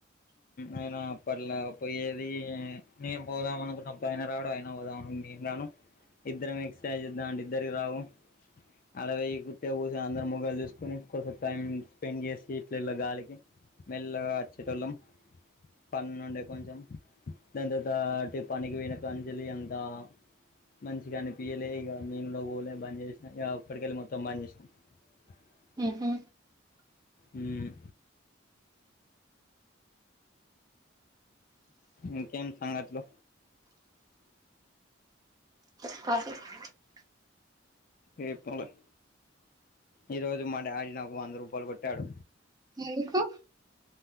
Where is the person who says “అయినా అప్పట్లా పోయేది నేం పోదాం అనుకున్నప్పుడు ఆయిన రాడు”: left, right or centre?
Left